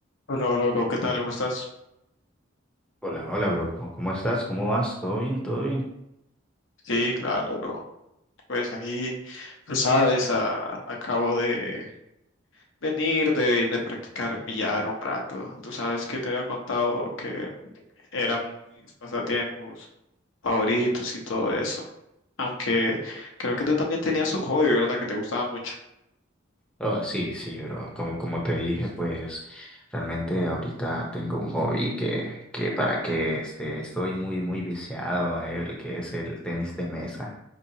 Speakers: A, on the left; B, in the centre.
A: Hola, hola, bro, ¿qué tal? ¿Cómo estás?
B: Hola, hola, bro. ¿Cómo cómo estás? ¿Cómo vas? ¿Todo bien? ¿Todo bien?
A: Sí, claro, bro. Pues aquí, tú sabes, a- acabo de venir de, de practicar billar un rato. Tú sabes que te había contado que eran mis pasatiempos favoritos y todo eso. Aunque creo que tú también tenías un hobby, ¿verdad? Que te gustaba mucho.
B: Oh, sí, sí, bro. Como, como te dije, pues realmente ahorita tengo un hobby que, que para que este, estoy muy, muy viciado a él, que es el tenis de mesa.